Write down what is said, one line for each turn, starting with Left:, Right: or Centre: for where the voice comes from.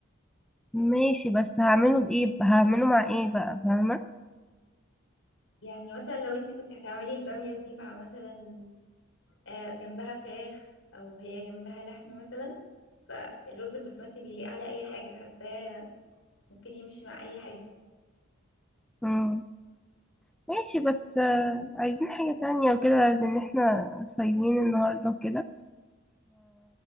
Centre: ماشي بس هعمله بإيه هعمله مع ايه بقى فاهمة
Left: يعني مثلا لو انت كنت هتعملي البامية دي مع مثلا آه، جنبها فراخ او هي جنبها لحمة مثلا فالرز البسمتي بيليق على اي حاجة حاساه ممكن يمشي مع اي حاجة
Centre: مم. ماشي بس آه، عايزين حاجة تانية وكده لأن احنا صايمين النهاردة وكده